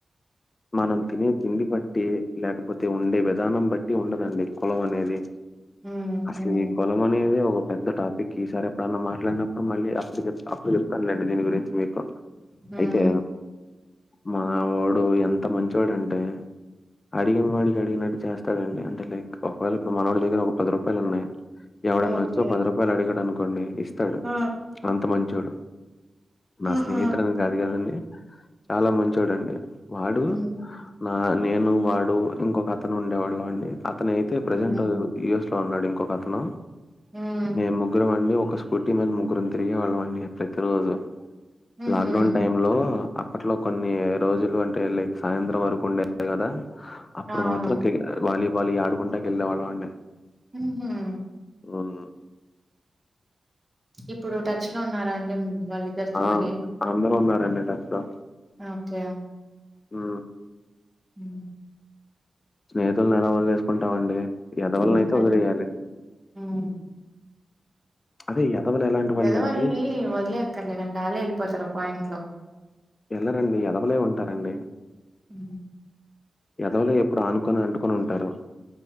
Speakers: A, on the left; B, on the right.
A: మనం తినే తిండి బట్టి లేకపోతే ఉండే విధానం బట్టి ఉండదండి కులం అనేది
B: హ్మ్.
A: అసల్
B: హ్మ్.
A: ఈ కూలం అనేది ఒక పెద్ద టాపిక్ ఈసారి ఎప్పుడన్న మాట్లాడినప్పుడు మళ్ళీ అప్ చె అప్పుడు చెప్ తను లేండి దీని గురించి మీకు
B: హ్మ్.
A: అయితే మన వాడు ఎంత మంచోడు అంటే అడిగిన వాడికి అడిగినట్టు చేస్తాడండి అంటే లైక్ మనవోడి దగ్గర ఒక పది రూపాయలు ఉన్నాయి ఎవడన్నా
B: ఓకే.
A: వచ్చో పది రూపాయలు అడిగాడు అనుకోండి ఇస్ స్తాడు
B: ఆ!
A: అంత మంచోడు నా
B: ఆహా!
A: స్నేహితుడని కాదు కదండి చాలా మంచోడండి వాడు
B: హ్మ్.
A: నా నేను వాడు ఇంకొక అతను ఉండేవాడు అండి అతను అయితే
B: హ్మ్.
A: ప్రెజెంట్ యుఎస్ లో ఉన్నాడు ఇంకొకతను
B: ఉమ్మ్
A: మేం ముగ్గురం అండి ఒక స్కూటీ మీద ముగ్గురం తిరిగే వాళ్ళండి ప్రతి రోజు
B: హుహు.
A: లాక్ డౌన్ టైమ్ లో అప్పట్లో కొన్ని రోజులు ఉంటే లైక్ సాయంత్రం వరకు ఉండే కదా అప్పుడు
B: అవును.
A: మాత్రం కే ఆ వాలీబాలీ ఆడుకుంటకీ ఎల్లే వాళ్లమండి
B: ఉహా
A: అవును
B: ఇప్పుడు టచ్ లో ఉన్నారా అండి వాళ్ళిద్దరితో
A: ఆ
B: మరి
A: అందరూ ఉన్నారండి టచ్ లో
B: ఓకే
A: ఉ
B: ఉ
A: స్నేహితులనేల వదిలేసుకుంటామండి ఎదవలనైతే
B: నిజమేనండి.
A: వదిలేయాలి
B: హ్మ్
A: అదే ఎదవలు ఎలాంటి వాళ్ళు
B: ఎదవల్ని
A: అంటే
B: వదిలే అక్కర్లేదండి ఆళ్లే వెళ్ళిపోతారు ఒక పాయింట్ లో
A: వెళ్లరండి ఎదవలే ఉంటారండి
B: ఉ
A: ఎదవలే ఎప్పుడు ఆనుకొని అంటుకొని ఉంటారు